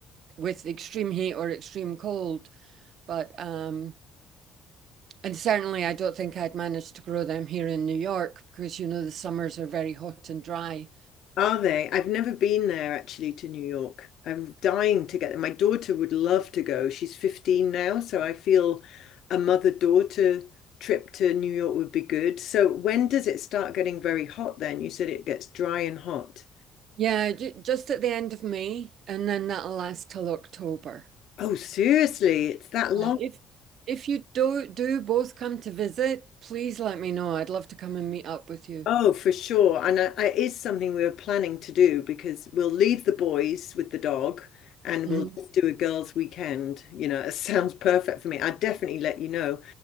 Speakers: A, on the right (about 55°); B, on the left (about 60°).
A: with extreme heat or extreme cold. But um and certainly I don't think I'd manage to grow them here in New York because you know the summers are very hot and dry.
B: Are they? I've never been there actually to New York. I'm dying to get there. My daughter would love to go. She's 15 now, so I feel a mother-daughter trip to New York would be good. So when does it start getting very hot then? You said it gets dry and hot.
A: Yeah, j just at the end of May and then that'll last till October.
B: Oh, seriously, it's that long.
A: Uh, if if you do do both come to visit, please let me know. I'd love to come and meet up with you.
B: Oh, for sure. And I, I, it is something we were planning to do because we'll leave the boys with the dog and
A: Mm-hmm.
B: we'll just do a girls' weekend. You know, <laughs> it sounds perfect for me. I'd definitely let you know.